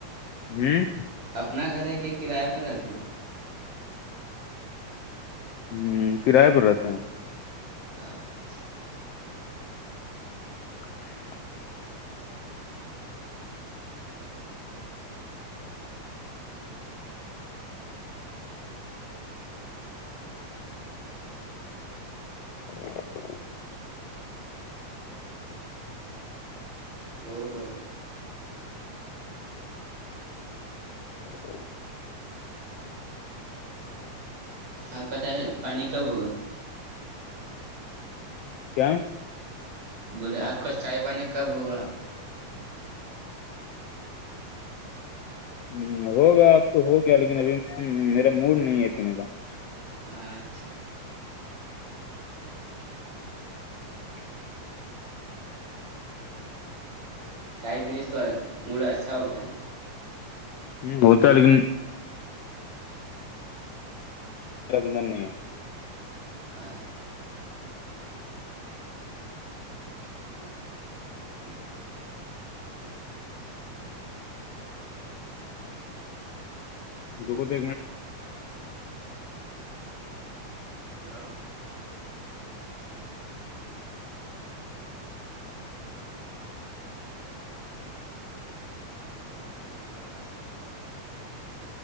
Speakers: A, on the left (about 80°); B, on the right (about 60°).
A: ہوں
B: اپنا گھر ہے کہ کرایہ پرہ رہتے ہو
A: ہوں کرای پر رہتے ہیں
B: اچھا
A: <inaudible> <inaudible>
B: اور بولو
A: <inaudible>
B: آپ کا چاہے پانی کب ہوگا
A: کیا
B: بولے آپ کا چائے پانی کب ہوگا
A: ہ ہوگا اب تو ہو گیا لیکن ابھی میرا موڈ نہیں ہے پینے کا
B: اچھا
A: <inaudible>
B: چائے پینے سے تو موڈ اچھا ہوتا ہے نا
A: ہم، ہوتا ہے لیکن اندر نہیں ہے
B: ہاں <inaudible>
A: جوگ دھ
B: ہلو <unintelligible>